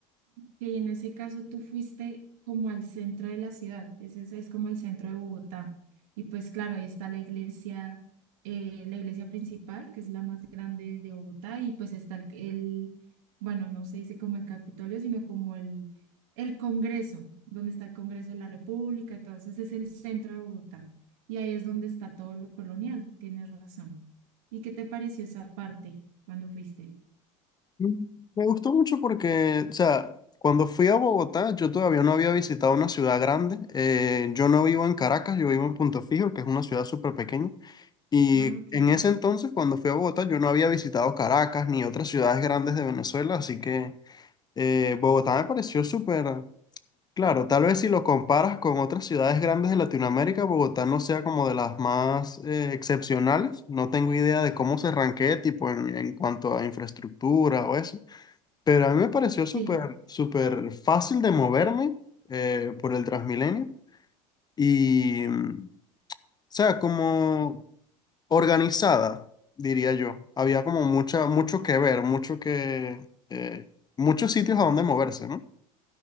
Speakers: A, on the right; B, on the left.
A: Que en ese caso tú fuiste como al centro de la ciudad, ese es, es como el centro de Bogotá. Y pues claro, ahí está la iglesia, eh, la iglesia principal, que es la más grande de Bogotá, y pues está el, el- bueno, no se dice como el Capitolio, sino como el, el Congreso, donde está el Congreso de la República, entonces es el centro de Bogotá. Y ahí es donde está todo lo colonial, tienes razón. ¿Y qué te pareció esa parte cuando fuiste?
B: Mm, Me gustó mucho porque, o sea, cuando fui a Bogotá, yo todavía no había visitado una ciudad grande. Eh, yo no vivo en Caracas, yo vivo en Punto Fijo, que es una ciudad súper pequeña. Y
A: Ah, ok.
B: en ese entonces, cuando fui a Bogotá, yo no había visitado Caracas ni otras ciudades grandes de Venezuela, así que eh, Bogotá me pareció súper, claro, tal vez si lo comparas con otras ciudades grandes de Latinoamérica, Bogotá no sea como de las más eh, excepcionales. No tengo idea de cómo se ranquee, tipo, en, en cuanto a infraestructura o eso pero a mí me pareció súper,
A: Sí,
B: súper fácil de moverme eh, por el Transmilenio y, mm, o sea, como organizada, diría yo. Había como mucha, mucho que ver, mucho que, eh, muchos sitios a donde moverse, ¿no?